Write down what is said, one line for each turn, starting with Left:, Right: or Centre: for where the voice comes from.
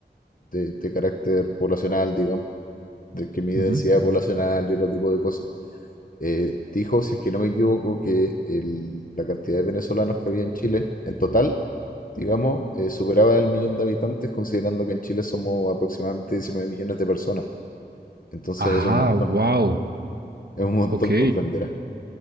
Left: de, de carácter poblacional, digamos, de que mide
Right: Ujú.
Left: densidad poblacional y otro tipo de cosas. eh, dijo, si es que no me equivoco, que el- la cantidad de venezolanos que había en Chile en total, digamos, eh, superaba el millón de habitantes, considerando que en Chile somos aproximadamente 19 millones de personas. Entonces
Right: Ajá,
Left: es un montón,
Right: wow.
Left: es un montón,
Right: Ok,
Left: comprenderás.